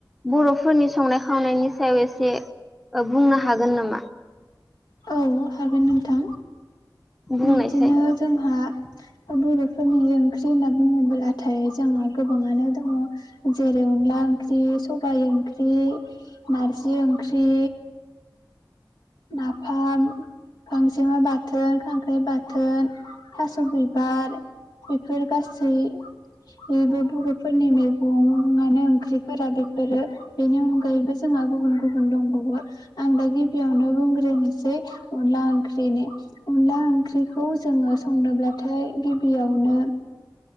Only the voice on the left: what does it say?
औ हागोन नोंथां।
बिब्दिनो जोंहा बर'फोरनि ओंख्रि होनना बुङोब्लाथाय जोंहा गोबाङानो दङ जेरै अनला ओंख्रि, सबाय ओंख्रि, नारजि ओंख्रि, नाफाम, गांजेमा बाथोन, खांख्राइ बाथोन। थास' बिबार बेफोर गासैबो बर' फोरनि मैगंआनो ओंख्रिफोरा बे फोरो बेनि अनगायैबो जोंहा गुबुन गुबुन दंबावो। आं दा गिबियावनो बुंग्रोनोसै अनला ओंख्रिनि अनला ओंख्रिखौ जोङो संनोब्लाथाय गिबियावनो